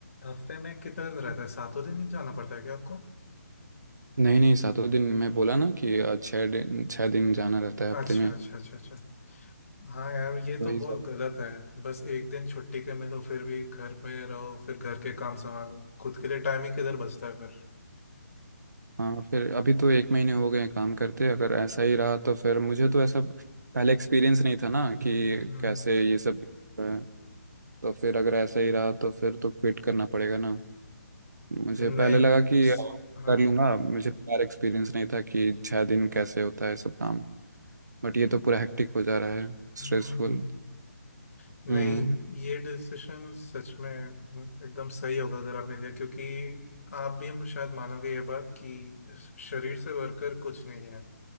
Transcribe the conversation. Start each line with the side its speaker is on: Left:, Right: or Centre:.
Left: हफ्ते में कितने दिन रहता है सातों दिन ही जाना पड़ता है क्या आपको
Right: नहीं नहीं सातों दिन मैं बोला ना कि अ, छः दिन छः दिन जाना रहता है हफ्ते
Left: अच्छा
Right: में
Left: अच्छा अच्छा अच्छा हाँ यार ये
Right: वही
Left: तो बहुत गलत है बस एक दिन छुट्टी के मिलो फिर भी घर में रहो फिर घर के काम संभालो खुद के लिए टाइम ही किधर बचता है फिर
Right: हाँ फिर अभी तो एक महीने हो गए हैं काम करते अगर ऐसा ही रहा तो फिर मुझे तो ऐसा पहले एक्सपीरियंस नहीं था ना कि
Left: हम्म
Right: कैसे ये सब अ, तो फिर अगर ऐसा ही रहा तो फिर तो क्विट करना पड़ेगा ना मुझे पहले
Left: नहीं
Right: लगा कि
Left: स-
Right: अ,
Left: हाँ
Right: कर लूँगा मुझे पर एक्सपीरियंस नहीं था कि छः दिन कैसे होता है सब काम बट ये तो पूरा हेक्टिक हो जा रहा है स्ट्रेसफुल
Left: हम्म हम्म, नहीं
Right: हम्म
Left: ये डिसीजन सच में एकदम सही होगा अगर आपने लिया क्योंकि आप भी हम शायद मानोगे ये बात कि शरीर से बढ़कर कुछ नहीं है